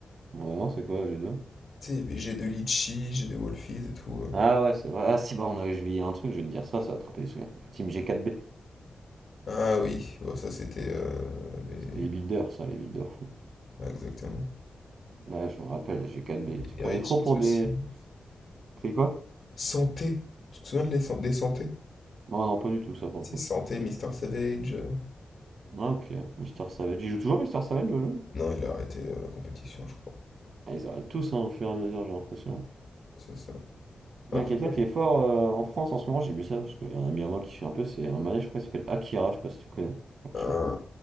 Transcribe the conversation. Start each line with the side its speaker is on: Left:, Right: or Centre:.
Right: Ouais, non, c'est quoi, g deux
Left: Tu sais, il y avait G2 Litchi, G2 Wolfies et tout. euh.
Right: Ah ouais, c'est vrai. Ah si, bah, on a oublié un truc, je vais te dire ça, ça va attraper les souvenirs. Team G4B.
Left: Ah oui, ouais, ça c'était euh, les.
Right: C'était les builders, ça, les builders fous.
Left: ouais, exactement.
Right: Ouais, je me rappelle, les G4B. Ils
Left: Et
Right: se prenaient
Left: Heretics
Right: trop pour
Left: aussi.
Right: des. C'est quoi?
Left: Santé. Tu te souviens de les san- des Santé?
Right: Non, non, pas du tout, ça, pour
Left: Si,
Right: le coup.
Left: Santé, Mister Savage. euh,
Right: Ah, ok. Mister Savage. Ils jouent toujours Mister Savage au jeu?
Left: Non, il a arrêté euh, la compétition, je crois.
Right: Ah, ils arrêtent tous, hein, au fur et à mesure, j'ai l'impression.
Left: C'est ça. Après,
Right: Il y a quelqu'un
Left: ouais,
Right: qui est fort euh, en France en ce moment, j'ai vu ça, parce qu'il y a un ami à moi qui fait un peu, c'est un manège, je crois, il s'appelle Akira, je sais pas si tu connais. Akira.
Left: euh,